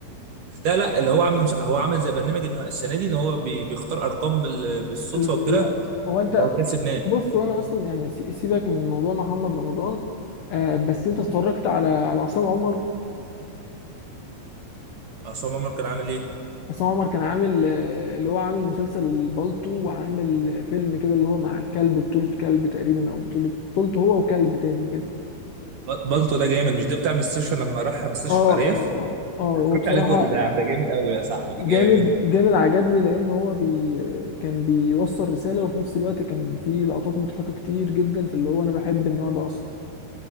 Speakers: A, on the right (about 65°); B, on the left (about 85°).
A: لا لا اللي هو عامل مش... هو عامل زي برنامج ان السنه دي اللي هو بي... بيختار ارقام بال... بالصدفه
B: لا
A: وكده
B: هو انت
A: اللي هو كسب ناس
B: بص هو انا اصلا يعني سي- سيبك من موضوع محمد رمضان آه بس انت اتفرجت على على عصام عمر
A: عصام عمر كان عامل ايه؟
B: عصام عمر كان عامل آه، اللي هو عامل مسلسل البالطو وعامل آه، فيلم كده اللي هو مع الكلب بطولة كلب تقريبا او بطولة بطولته هو وكلب تاني كده
A: ب- بالطو ده جامد مش ده بتاع المستشفى لما راح مستشفى
B: اه اه
A: ارياف؟
B: اه اه هو
A: اتفرجت
B: بصراحة
A: عليه كله ده يا عم ده جامد قوي يا صاحبي
B: جامد
A: جامد
B: جامد عجبني لان هو بي كان بيوصل رسالة وفي نفس الوقت كان فيه لقطات مضحكة كتير جدا فاللي هو انا بحب النوع ده اصلا